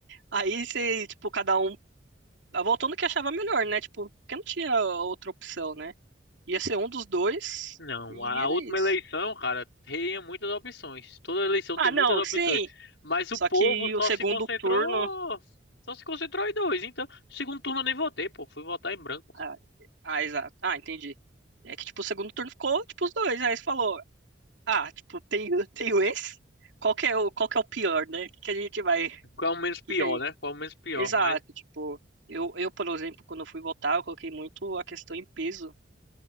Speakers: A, on the right; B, on the left.
A: Aí você, tipo, cada um ah, votou no que achava melhor, né? Tipo, porque não tinha outra opção, né? Ia ser um dos dois
B: não,
A: e
B: a
A: era
B: última
A: isso.
B: eleição, cara, tinha muitas opções. Toda eleição
A: Ah,
B: tem muitas
A: não,
B: opções.
A: sim.
B: Mas o
A: Só
B: povo
A: que
B: só
A: o segundo
B: se concentrou.
A: turno.
B: Só se concentrou em dois. Então, segundo turno eu nem votei, pô. Fui votar em branco.
A: Ah, ah, exato. Ah, entendi. É que, tipo, o segundo turno ficou, tipo, os dois. Aí você falou, ah, tipo, tenho, tenho <laughs> esse? Qual que é o, qual que é o pior, né? O que que a gente vai. O
B: Qual é o menos pior,
A: que que a gente
B: né? Qual é o menos pior?
A: Exato,
B: Mas.
A: tipo, eu, eu, por exemplo, quando eu fui votar, eu coloquei muito a questão em peso